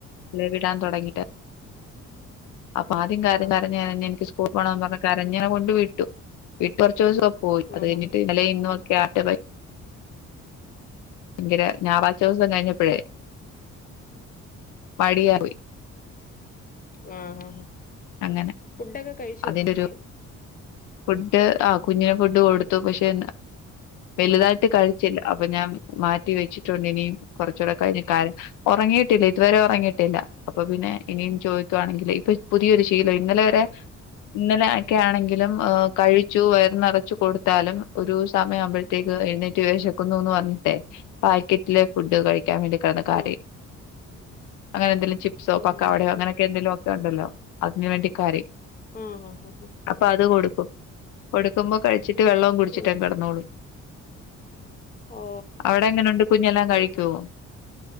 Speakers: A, on the left; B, on the left.
A: വി വിടാൻ തൊടങ്ങീട്ട്. അപ്പൊ ആദ്യം കരഞ്ഞു
B: ആ
A: കരഞ് എനിക്ക് സ്ക്കൂ കുപൊണംന്ന് പറഞ് കരഞ് ഞാൻ കൊണ്ട് വിട്ടു. ഇപ്പറചീസം പോയി. അത്
B: ആ
A: കഴിഞ്ഞിട്ട്
B: ഹാ ഹാ
A: ഇന്നലെ ഇന്നു ക്യര്റ്റ് ബൈ യങ്കര ഞായറാഴ്ചീസം കഴിഞ്ഞപ്പഴേ മടിയ പോയി.
B: ആഹ് ആ ഹാ
A: അങ്ങനെ
B: ഫുഡൊക്കെ കഴിച്ചോ
A: അതിന്റെ
B: കുഞ്ഞ്?
A: ഒരു ഫുഡ് ആഹ് കുഞ്ഞിന് ഫുഡ് കൊടുത്തു. പഷെ വലുതായിട്ട്
B: ആ
A: കഴിച്ചില്ല. അപ്പൊ ഞാൻ മാറ്റിവെച്ചിട്ടുണ്ട് ഇനിം. കൊറച്ചൂടെ കഴിഞ്ഞ് കാര ഒറങ്ങീട്ടില്ല ഇതുവരെ ഒറങ്ങീട്ടില്ല. അപ്പൊ പിന്നെ ഇനിയും ചോദിക്കുവാണെങ്കില് ഇപ്പ പുതിയൊരു ശീലാ. ഇന്നലെ
B: ആ ആ
A: വരെ ഇന്നലെ അക്കെ ആണെങ്കിലും ഹ് കഴിച്ചു വയർന്നറച്ചു കൊടുത്താലും ഒരു സമയം ആവുമ്പഴ റ്റേക് എഴുന്നേറ്റ് വെശക്കുന്നുന്ന് പറഞ്ഞിട്ടെ പായികിറ്റിലെ ഫുഡ് കഴി കാൻ വേണ്ടി കെട്ന്ന് കരയും.
B: ആ
A: വേറെ എന്തേലും ചിപ് സോ
B: ആ
A: പക്കവടയോ അങ്ങനെയൊക്കെ
B: ആ
A: എന്തങ്കിലുക്കെ ഒണ്ടല്ലോ അതിന് വേണ്ടി കരയും.
B: ഉം ഹ്ഹ്
A: അപ്പൊ അത് കൊടുക്കും. കൊടുക്കുമ്പോ കഴിച്ചിട്ട് വെള്ളവും കുടിച്ചിട്ട്
B: ഓ
A: കെടന്നോളും.
B: ഓ
A: അവിടെ എങ്ങനുണ്ട് കുഞ്ഞെല്ലാം
B: ഓ
A: കഴിക്കോ?
B: ഓ